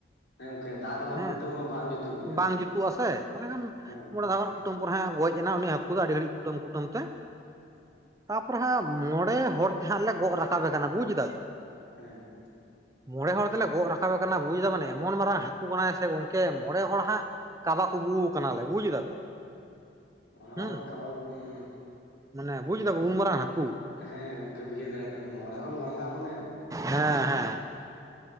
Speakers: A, on the left; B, on the right.
A: ᱦᱮᱸ ᱜᱚᱝᱠᱮ ᱫᱟᱜ ᱨᱮᱢᱟ
B: ᱦᱮᱸ
A: ᱠᱩᱴᱟᱹᱢ ᱦᱚᱸ ᱵᱟᱝ ᱡᱩᱛᱩᱜ ᱜᱮᱭᱟ
B: ᱵᱟᱝ ᱡᱩᱛᱩᱜ ᱟ ᱥᱮ ᱾ ᱛᱟᱦᱚᱞᱮᱠᱷᱟᱱ
A: ᱦᱮᱸ
B: ᱢᱚᱬᱮ ᱫᱟᱣ ᱠᱩᱴᱟᱹᱢ ᱯᱚᱨᱮ ᱜᱚᱡ ᱮᱱᱟ ᱩᱱᱤ ᱦᱟᱹᱠᱩ ᱫᱚ ᱟᱹᱰᱤ ᱜᱷᱟᱹᱲᱤᱡ ᱠᱩᱴᱟᱹᱢ ᱠᱩᱴᱟᱹᱢ ᱛᱮ᱾
A: ᱚᱸᱻ ᱾
B: ᱛᱟᱯᱚᱨᱮ ᱦᱟᱸᱜ ᱢᱚᱬᱮ ᱦᱚᱲ ᱛᱮ ᱦᱟᱸᱜ ᱞᱮ ᱜᱚᱜ ᱨᱟᱠᱟᱵᱮ ᱠᱟᱱᱟ ᱵᱩᱡ ᱮᱫᱟᱵᱮ ᱾
A: ᱦᱮᱸᱻ ᱾
B: ᱢᱚᱬᱮ ᱦᱚᱲ ᱛᱮᱞᱮ ᱜᱚᱜ ᱨᱟᱠᱟᱵᱮ ᱠᱟᱱᱟ ᱵᱩᱡᱫᱟᱵᱮᱱ ᱮᱢᱚᱱ ᱢᱟᱨᱟᱝ ᱦᱟᱹᱠᱩ ᱠᱟᱱᱟᱭ ᱥᱮ ᱜᱚᱝᱠᱮ ᱢᱚᱬᱮ ᱦᱚᱲ ᱦᱟᱸᱜ ᱠᱟᱵᱟ ᱠᱩᱵᱩ ᱠᱟᱱᱟᱞᱮ ᱵᱩᱡᱽ ᱫᱟᱵᱮᱱ᱾
A: ᱢᱚᱬᱮ ᱦᱚᱲ
B: ᱦᱩᱸ
A: ᱛᱮ ᱠᱟᱵᱟ ᱠᱚᱵᱩᱸᱻ
B: ᱢᱟᱱᱮ ᱵᱩᱡ ᱫᱟᱵᱚᱱ ᱩᱱ ᱢᱟᱨᱟᱝ ᱦᱟᱠ
A: ᱦᱮᱸ ᱜᱚᱝᱠᱮ ᱵᱩᱡᱷᱟᱹᱣ ᱫᱟᱲᱮᱭᱟᱜ ᱠᱟᱱ ᱜᱮᱭᱟᱹᱧ ᱢᱚᱬᱮ ᱦᱚᱲ ᱞᱟᱝᱜᱟ ᱢᱟᱱᱮ᱾
B: ᱦᱮᱸᱻ ᱦᱮᱸᱻ ᱾